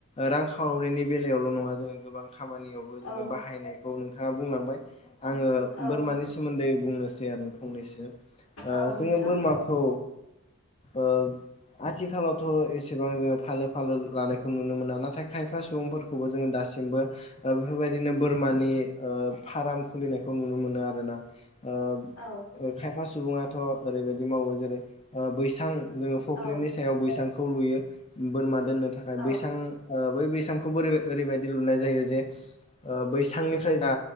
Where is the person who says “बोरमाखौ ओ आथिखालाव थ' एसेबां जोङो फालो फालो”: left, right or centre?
Left